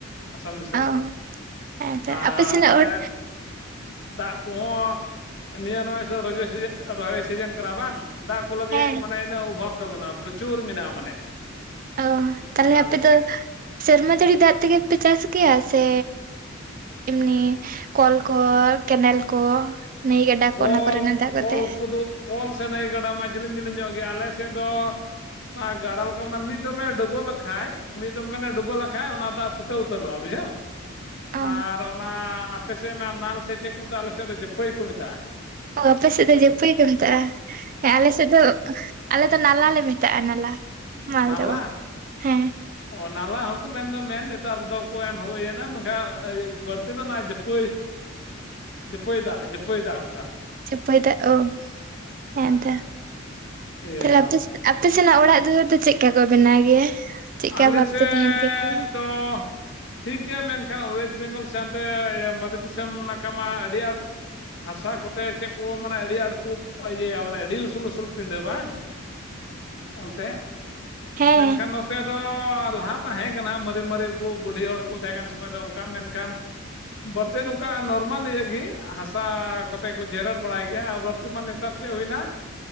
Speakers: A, on the left; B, on the right.
A: ᱟᱥᱟᱢ ᱫᱤᱥᱚᱢ
B: ᱚ
A: ᱨᱮ ᱫᱚ
B: ᱦᱮᱸ ᱛᱚ
A: ᱟᱨ
B: ᱟᱯᱮ ᱥᱮᱱᱟᱜ
A: ᱢᱟᱱᱮ
B: ᱦᱚᱲ
A: ᱫᱟᱜ ᱠᱚᱦᱚᱸ ᱱᱤᱭᱟᱹ ᱱᱚᱜᱼᱚᱭ ᱫᱚ ᱨᱚᱦᱚᱭ ᱥᱤ ᱨᱚᱦᱚᱭ ᱥᱤᱡᱤᱱ ᱠᱟᱱᱟ ᱵᱟᱝ ᱫᱟᱜ ᱠᱚ ᱞᱟᱹᱜᱤᱫ
B: ᱦᱮᱸ
A: ᱢᱟᱱᱮ ᱤᱱᱟᱹᱜ ᱚᱵᱷᱟᱵ ᱫᱚ ᱵᱟᱱᱩᱜᱼᱟ ᱯᱨ ᱪᱩᱨ ᱢᱮᱱᱟᱜᱼᱟ ᱢᱟᱱᱮ
B: ᱚ
A: ᱚᱱᱠᱟ
B: ᱛᱟᱦᱞᱮ
A: ᱟᱞᱮ
B: ᱟᱯᱮ
A: ᱥᱮᱫ
B: ᱫᱚ ᱥᱮᱨᱢᱟ ᱡᱟᱹᱲᱤ ᱫᱟᱜ ᱛᱮ ᱜᱮ ᱯᱮ ᱪᱟᱥ ᱜᱮᱭᱟ? ᱥᱮ ᱮᱢᱱᱤ ᱠᱚᱞ ᱠᱚ ᱠᱮᱱᱮᱞ ᱠᱚ ᱱᱟᱹᱭ ᱜᱟᱰᱟ ᱠᱚ
A: ᱠᱚᱞ
B: ᱚᱱᱟ ᱠᱚᱨᱮᱱᱟᱜ ᱫᱟᱜ ᱠᱚᱛᱮ
A: ᱠᱚᱞ ᱠᱚᱫᱚ ᱚᱞ ᱥᱮ ᱦᱩᱭᱩᱜ ᱜᱟᱰᱟ ᱢᱟ ᱡᱤᱞᱤᱧ ᱡᱤᱞᱤᱧ ᱧᱚᱜ ᱜᱮ ᱟᱞᱮ ᱥᱮᱫ ᱫᱚ ᱯᱟ ᱜᱟᱰᱟ ᱞᱮᱠᱟ ᱵᱚᱞᱮ ᱢᱤᱫ ᱫᱚᱢᱮ ᱰᱩᱵᱟᱹᱣ ᱞᱮᱠᱷᱟᱡ ᱢᱤᱫ ᱫᱚᱢ ᱜᱟᱱᱮ ᱴᱚᱵᱚᱜ ᱞᱮᱠᱷᱟᱡ ᱚᱱᱟ ᱫᱚ ᱯᱷᱩᱴᱟᱹ ᱩᱛᱟᱹᱨᱚᱜᱼᱟ ᱵᱩᱡᱷᱟᱹᱣ
B: ᱚ
A: ᱟᱨ ᱚᱱᱟ ᱟᱯᱮ ᱥᱮᱫ ᱢᱟ ᱱᱟᱞ ᱥᱮ ᱪᱮᱫ ᱠᱚ ᱢᱮᱛᱟᱜᱼᱟ ᱟᱞᱮ ᱥᱮᱫ ᱫᱚ ᱡᱟᱹᱯᱟᱹᱭ ᱠᱚ ᱢᱮᱛᱟᱜᱼᱟ
B: ᱚ ᱵᱟᱯᱮ ᱥᱮᱫ ᱫᱚ ᱡᱟᱹᱯᱟᱹᱭ ᱠᱚ ᱢᱮᱛᱟᱜᱼ ᱟ᱾ ᱦᱮᱸ ᱟᱞᱮ ᱥᱮᱫ ᱫᱚ ᱟᱞᱮ ᱫᱚ ᱱᱟᱞᱟ ᱞᱮ ᱢᱮᱛᱟᱜᱼᱟ ᱱᱟᱞᱟ ᱢᱟᱞ
A: ᱱᱟᱞᱟ
B: ᱫᱚ ᱵᱟᱝ ᱦᱮᱸ
A: ᱚ ᱱᱟᱞᱟ ᱦᱚᱸᱠᱩ ᱢᱮᱱ ᱫᱚ ᱢᱮᱱ ᱱᱮᱛᱟᱨ ᱫᱚᱠᱚ <unintelligible> ᱦᱩᱭ ᱮᱱᱟ ᱢᱮᱱᱠᱷᱟᱱ ᱵᱟᱹᱲᱛᱤ ᱫᱚ ᱡᱟᱹᱯᱟᱹᱭ
B: <inaudible>
A: ᱡᱟᱹᱯᱟᱹᱭ ᱫᱟᱜ ᱡᱟᱹᱯᱟᱹᱭ ᱫᱟᱜ ᱚᱱᱠᱟ
B: ᱡᱟᱹᱯᱟᱹᱭ ᱫᱟᱜ ᱚ ᱦᱮ
A: ᱦᱮᱸ
B: ᱮᱱᱛᱮ
A: ᱦᱮᱸ ᱤᱭᱟᱹ
B: ᱛᱷᱟᱞᱮ
A: ᱫᱚ
B: ᱟᱯᱮ ᱥᱮ ᱟᱯᱮ ᱥᱮᱱᱟᱜ ᱚᱲᱟᱜ ᱫᱩᱣᱟᱹᱨ ᱫᱚ ᱪᱮᱫ ᱠᱟ ᱠᱚ ᱵᱮᱱᱟᱣ ᱜᱮᱭᱟ? ᱪᱮᱫᱠᱟ
A: ᱟᱞᱮ
B: ᱵᱷᱟᱵᱛᱮ
A: ᱥᱮᱜᱻ
B: ᱛᱟᱦᱮᱱ ᱜᱮᱭᱟ ᱠᱚ?
A: ᱫᱚ ᱴᱷᱤᱠ ᱜᱮᱭᱟ ᱢᱮᱱᱠᱷᱟᱱ ᱳᱭᱮᱥᱴ ᱵᱮᱝᱜᱚᱞ ᱥᱮᱱ ᱛᱮ ᱢᱟᱫᱮ ᱫᱤᱥᱚᱢ ᱱᱟᱠᱷᱟ ᱢᱟ ᱟᱹᱰᱤ ᱟᱸᱴ ᱦᱟᱥᱟ ᱠᱚᱛᱮ ᱪᱮᱫ ᱠᱚ ᱢᱟᱱᱮ ᱟᱹᱰᱤ ᱟᱸᱴ ᱠᱚ ᱤᱭᱟᱹ ᱭᱟ ᱢᱟᱱᱮ ᱟᱹᱰᱤ ᱩᱥᱩᱞ ᱩᱥᱩᱞ ᱯᱤᱰᱟᱹ ᱵᱟᱝ
B: <inaudible>
A: ᱚᱱᱛᱮ
B: ᱦᱮᱸ
A: ᱢᱮᱱᱠᱷᱟᱱ ᱱᱚᱛ ᱛᱮ ᱫᱚ ᱞᱟᱦᱟ ᱛᱟᱦᱮᱸ ᱠᱟᱱᱟ ᱢᱟᱨᱮ ᱢᱟᱨᱮ ᱠᱚ ᱵᱩᱰᱷᱤ ᱦᱚᱲ ᱠᱚ ᱛᱟᱦᱮᱸ ᱠᱟᱱ ᱥᱳᱢᱳᱭ ᱫᱚ ᱚᱱᱠᱟ ᱢᱮᱱᱠᱷᱟᱱ ᱵᱟᱹᱲᱛᱤ ᱱᱚᱝᱠᱟ ᱱᱚᱨᱢᱟᱞ ᱤᱭᱟᱹᱜᱤ ᱦᱟᱥᱟ ᱠᱚᱛᱮ ᱠᱚ ᱡᱮᱨᱮᱲ ᱵᱟᱲᱟᱭ ᱜᱮᱭᱟ ᱵᱟᱹᱲᱛᱤ ᱢᱟ ᱱᱮᱛᱟᱨ ᱥᱮ ᱦᱩᱭᱱᱟ